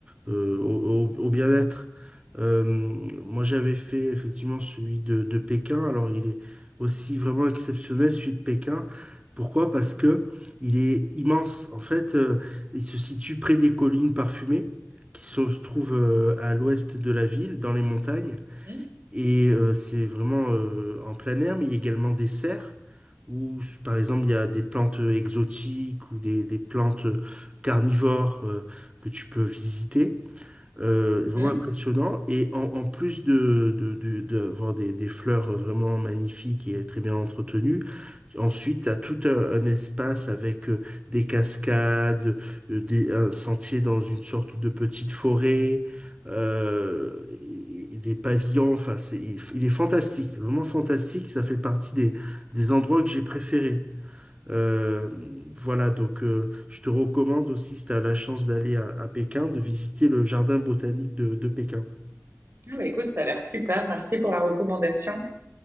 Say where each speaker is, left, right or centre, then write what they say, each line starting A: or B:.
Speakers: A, on the right (about 25°); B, on the right (about 55°).
A: euh, au, au- au bien-être. Euh, moi, j'avais fait effectivement celui de, de Pékin. Alors, il est aussi vraiment exceptionnel, celui de Pékin. Pourquoi? Parce que il est immense. En fait, euh, il se situe près des collines parfumées qui se trouvent euh, à l'ouest de la ville, dans les montagnes.
B: Mhm,
A: Et euh, c'est vraiment euh, en plein air, mais il y a également des serres où, par exemple, il y a des plantes euh, exotiques ou des, des plantes euh, carnivores euh, que tu peux visiter. Euh,
B: mhm.
A: vraiment impressionnant. Et en, en plus de, de, de- d'avoir des, des fleurs vraiment magnifiques et très bien entretenues, ensuite, tu as tout un, un espace avec euh, des cascades, euh, des, un sentier dans une sorte de petite forêt, euh, et- et des pavillons. Enfin, c'est, il, il est fantastique, vraiment fantastique. Ça fait partie des, des endroits que j'ai préférés. Euh, voilà, donc euh, je te recommande aussi, si tu as la chance d'aller à, à Pékin, de visiter le jardin botanique de, de Pékin.
B: Ah, bah, écoute, ça a l'air super. Merci pour la recommandation.